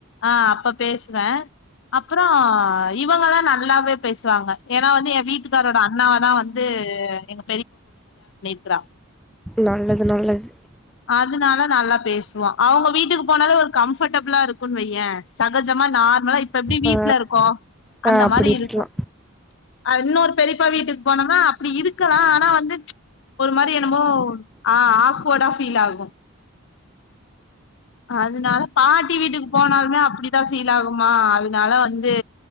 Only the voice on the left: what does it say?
ஆஹ் அப்பப் பேசுவேன் அப்புறம் இவங்கல்லாம் நல்லாவே பேசுவாங்க ஏன்னா வந்து என் வீட்டுக்காரரோட அண்ணாவ தான் வந்து எங்க க்கிறா
அதனால நல்லா பேசுவா அவங்க வீட்டுக்குப் போனாலே ஒரு கம்ஃபர்டபிளா இருக்குன்னு வையேன் சகஜமா நார்மலா இப் ப எப்பிடி வீட்டு்ல
இருக்கோ
அந்த
மாரி
இருக்கும் அது இன்னொரு பெரியப்பா வீட்டுக்கு போனோன்னா அப்பிடி இருக்கலாம் ஆ னா வந்து ஒரு மாதிரி என்னமோ ஆஹ் ஆக்வேர்டா ஃபீலாகும் அதுனால பாட்டி வீட்டுக்கு போனாலுமே அப்பிடித்தான் ஃபீல் ஆகுமா அதனால வந்து